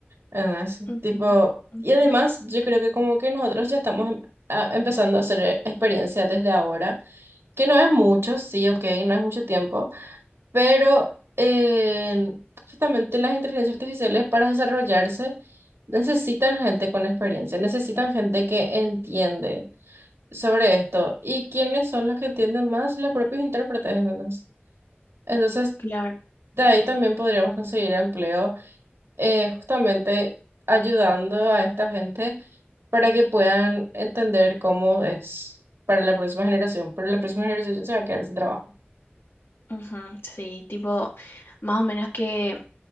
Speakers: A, on the right; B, on the left.
A: ¿entendés?
B: Ujú,
A: Tipo,
B: ujú,
A: y además, yo creo que como que nosotros ya estamos em- a- empezando a hacer experiencia desde ahora, que no es mucho, sí, ok, no es mucho tiempo, pero eh, justamente las inteligencias artificiales para desarrollarse necesitan gente con experiencia, necesitan gente que entiende sobre esto. ¿Y quiénes son los que entienden más? Los propios intérpretes, ¿entendés? Entonces,
B: Claro.
A: de ahí también podríamos conseguir empleo eh, justamente ayudando a esta gente para que puedan entender cómo es para la próxima generación, pero la próxima generación se va a quedar sin trabajo.
B: Ujú, sí, tipo, más o menos que